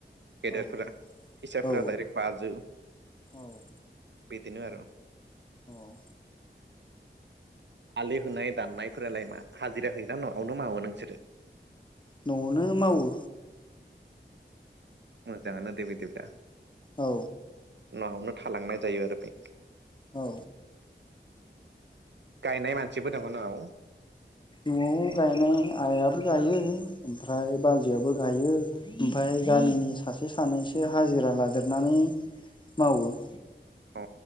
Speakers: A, on the right; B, on the left.
A: गेदेरफोरा
B: औ
A: फिसाफोरा
B: औ
A: दायरेक्ट बाजो
B: औ
A: बेदिनो आरो
B: औ
A: आलि होनाय दाननायफोरालाय मा हाजिरा होयोना नआवनो मावो नोंसोरो
B: न'आवनो मावो
A: मोजाङानो दे बिदिब्ला
B: औ
A: न'आवनो थालांनाय जायो आरो बे
B: औ
A: गायनाय मानसिबो दङ' न औ
B: न'आव गायनाय आयाबो गायो ओमफ्राय बाजैआबो गायो ओमफाय गामिनि सासे सानैसो हाजिरा लादेरनानै मावो <inaudible>
A: औ